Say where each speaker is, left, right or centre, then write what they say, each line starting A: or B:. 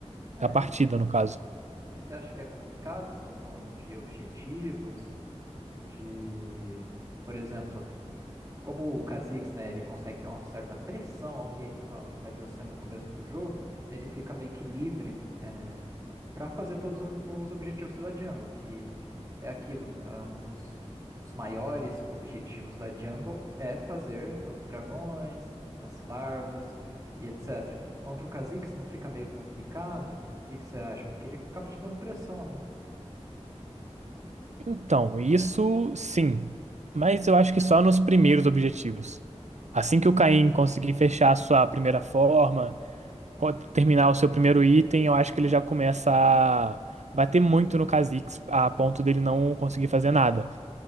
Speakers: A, on the right; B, on the right.
A: É,
B: Da partida, no caso.
A: E você acha que é complicado a situação de objetivos, de, por exemplo, como o Kha'Zix, né, ele consegue ter uma certa pressão ali, ó, invadiu você no começo do jogo, ele fica meio que livre é, para fazer todos o- os objetivos da jungle, que é aquilo, é um dos os maiores objetivos da jungle é fazer os dragões, as larvas e etc. Contra o Kha'Zix não fica meio complicado? O que que você acha? Porque ele acaba te dando pressão.
B: Então, isso sim, mas eu acho que só nos primeiros objetivos. Assim que o Caim conseguir fechar a sua primeira forma co- terminar o seu primeiro item, eu acho que ele já começa a bater muito no Kha'Zix a ponto dele não conseguir fazer nada.